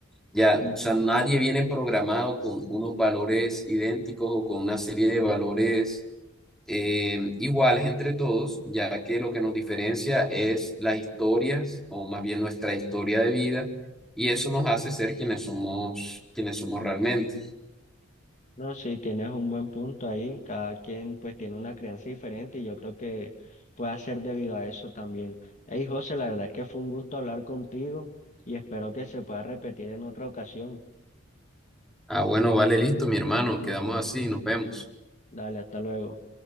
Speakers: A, in the centre; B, on the left.
A: Ya,
B: Ujú.
A: o sea, nadie viene programado con unos valores idénticos o con una serie de valores eh, iguales entre todos, ya que lo que nos diferencia es las historias, o más bien nuestra historia de vida, y eso nos hace ser quienes somos, quienes somos realmente.
B: No, sí, tienes un buen punto ahí. Cada quien pues tiene una crianza diferente y yo creo que puede ser debido a eso también. Hey, José, la verdad es que fue un gusto hablar contigo y espero que se pueda repetir en otra ocasión.
A: Ah, bueno, vale, listo, mi hermano. Quedamos así, nos vemos.
B: Dale, hasta luego.